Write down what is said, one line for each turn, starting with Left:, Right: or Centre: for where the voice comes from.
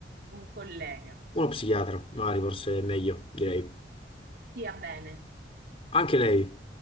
Right: un collega.
Left: uno psichiatra, magari forse è meglio, direi.
Right: Stia bene.
Left: Anche lei.